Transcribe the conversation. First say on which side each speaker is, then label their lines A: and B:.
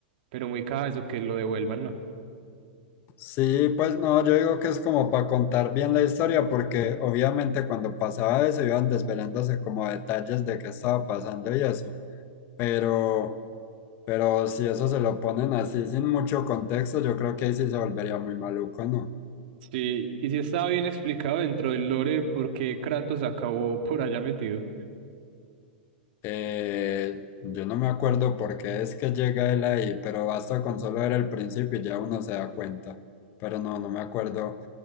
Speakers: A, on the right; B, on the left.
A: Pero muy caja eso que lo devuelvan, ¿no?
B: Sí, pues no, yo digo que es como para contar bien la historia, porque obviamente cuando pasaba eso iban desvelándose como detalles de qué estaba pasando y eso, pero, pero si eso se lo ponen así sin mucho contexto, yo creo que ahí sí se volvería muy maluco, ¿no?
A: Sí, y sí estaba bien explicado dentro del lore por qué Kratos acabó por allá metido.
B: Eh, yo no me acuerdo por qué es que llega él ahí, pero basta con solo ver el principio y ya uno se da cuenta. Pero no, no me acuerdo